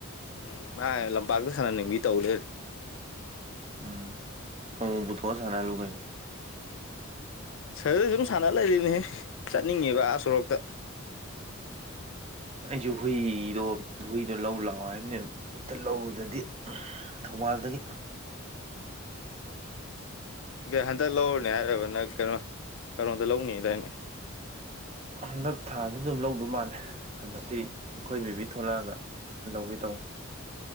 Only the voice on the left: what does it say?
ꯎꯝ ꯃꯥꯥꯏ ꯂꯝꯄꯥꯛꯇ ꯁꯥꯟꯅꯅꯤꯡꯕꯤ ꯇꯧ ꯂꯩꯔꯦ
ꯁꯔꯗ ꯁꯨꯝ ꯁꯥꯟꯅ ꯂꯩꯔꯤꯅꯦꯍ ꯆꯠꯅꯤꯡꯉꯦꯕ ꯑꯥ ꯁꯣꯔꯣꯛꯇ <unintelligible>
ꯏ ꯍꯟꯗꯛ ꯂꯧꯔꯅꯦ ꯍꯥꯏꯔꯕ ꯅꯪ ꯀꯩꯅꯣ ꯀꯩꯅꯣꯝꯗ ꯂꯧꯅꯤꯗꯥꯏꯅꯦ